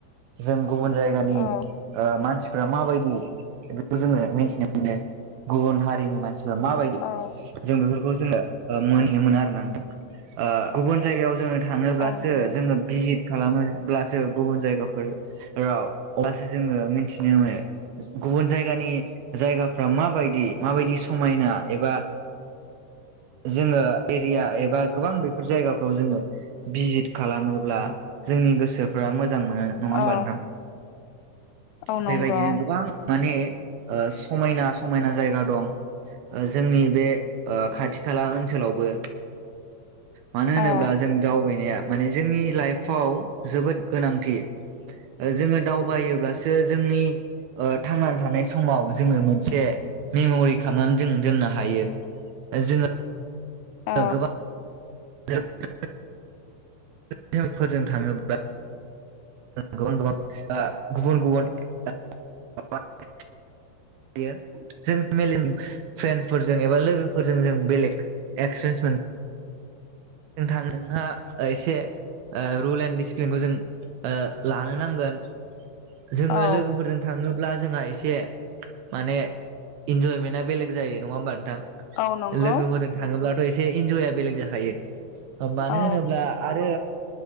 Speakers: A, on the right; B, on the left.
A: जों गुबुन जायगानि
B: औ
A: ओ मानसि फोरा माबायदि बेखौ जोङो मिथिनो मोनो गुबुन हारिनि मानसि माबायदि
B: औ
A: जों बेफोरखौ जोङो मोनथिनो मोनो आरो ना नोंथां गुबुन जायगायाव जोङो थाङोब्लासो
B: औ नंगौ
A: जोङो भिजित खालामोब्लासो गुबुन जायगाफोराव अब्लासो जोङो मिथिनो मोनो गुबुन जायगानि जायगाफ्रा माबायदि माबायदि समायना एबा जोङो एरिया एबा गोबां बेफोर जायगा फोराव जोङो भिट खालामोब्ला जोंनि गोसोफ्रा मो जां मोनो नङा ओमबा
B: औ
A: नोंथां
B: औ नंगौ
A: बेबायदिनो गोबां माने समायना समायना जायगा दं ओ जोंनि बे ओ खाथि खाला ओनसोलावबो मानो होनोब्ला
B: औ
A: जों दावबायनाया माने जोंनि लाइफाव जोबोद गोनांथि ओ जोङो दावबायोब्लासो जोंनि ओ थांनानै थानाय समाव जोङो मोनसे मेमरि खालामनानै जों दोननो हायो जोङो
B: अ
A: गोबां <unintelligible> <unintelligible> फोरजों थाङोब्ला गुबुन गुबुन <unintelligible> गुबुन गुबुन <unintelligible> बियो जों मेलेम फ्रेन्डफोरजों एबा लोगोफोरजों जों बेलेग एक्सपिरियेन्स मोन नोंथां नोंहा एसे रुल एन्ड डिसिप्लिनखौ जों ओ लानो नांगोन जोङो
B: औ
A: लोगोफोरजों थाङो ब्ला जोंहा एसे माने इन्जयमेन्टआ बेलेग जायो नङा ओमबा नोंथां
B: औ नंगौ
A: लोगोफोरजों थाङोब्लाथ एसे इन्जयआ बेलेग जाखायो मानो
B: औ
A: होनोब्ला आरो